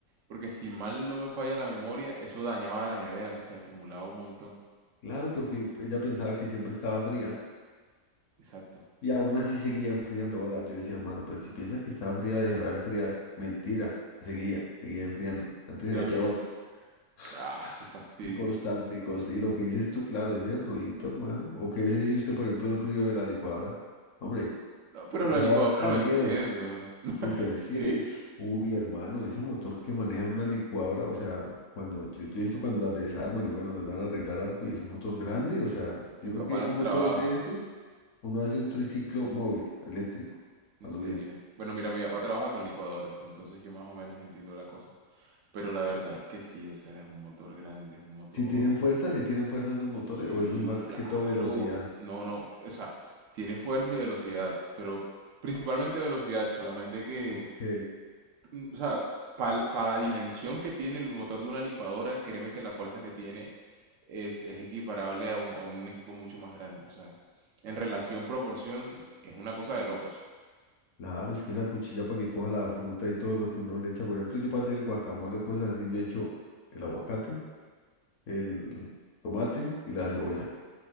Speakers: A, on the right; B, on the left.
A: porque si mal no me falla la memoria, eso dañaba la nevera si se acumulaba un montón.
B: Claro, porque ella pensaba que siempre estaba fría
A: Exacto.
B: y aún así seguía enfriando. Ahora yo decía, mano, pues si piensa que estaba fría, dejará de enfriar. Mentira, seguía, seguía enfriando. Antes
A: En serio.
B: era peor
A: Ah,
B: <laughs>
A: qué fastidio.
B: y constante y constante. Y lo que dices tú, claro, ese ruidito, hermano. ¿O qué se dice usted, por ejemplo, el ruido de la licuadora? Hombre,
A: No, pero
B: eso
A: la licuadora
B: da, da
A: lo
B: miedo.
A: entiendo. <laughs>
B: Uy, pero es
A: Sí,
B: que, uy, hermano, ese motor que manejan una licuadora, o sea, cuando yo, yo he visto cuando las desarman y bueno, les van a arreglar algo y es un motor grande, o sea, yo
A: mi papá
B: creo que
A: las
B: un
A: trabaja,
B: motor de esos. Uno hace un triciclo móvil, eléctrico,
A: en
B: a lo
A: serio.
B: bien.
A: Bueno, mira, mi papá trabaja con licuadoras, entonces yo más o menos entiendo la cosa. Pero la verdad es que sí, o sea, es un motor grande, es un motor.
B: Si tienen fuerza, si tienen fuerza sus motores,
A: Sí,
B: o eso es más
A: claro.
B: que todo velocidad.
A: No, no, o sea, tiene fuerza y velocidad, pero principalmente velocidad, solamente que,
B: Ok.
A: mm, o sea, para la dimensión que tiene el motor de una licuadora, créeme que la fuerza que tiene es, es equiparable a un, a un equipo mucho más grande. O sea, en relación proporción es una cosa de locos.
B: Claro, es que esa cuchilla para que coja la fruta y todo lo que uno le echa. Por ejemplo, yo pasé el guacamole o cosas así, yo echo el aguacate, el tomate y la cebolla.